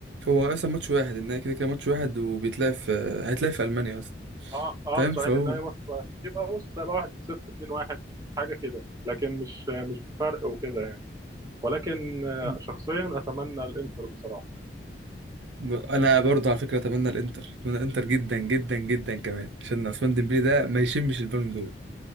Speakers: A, on the right (about 80°); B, on the right (about 20°).
A: هو اصلا ماتش واحد النهائي كده كده ماتش واحد وبيتلعب في هيتلعب في المانيا اصلا
B: اه اه
A: فاهم
B: صحيح
A: فهو
B: لا يا ماتش واحد يبقى بص يبقى 1-0 2-1 حاجه كده لكن مش مش بفرق وكده يعني ولكن آه،
A: مم.
B: شخصيا اتمنى الانتر بصراحه
A: ب- انا برضه على فكره اتمنى الانتر اتمنى الانتر جدا جدا جدا كمان عشان عثمان ديمبلي ده ما يشمش البالون دول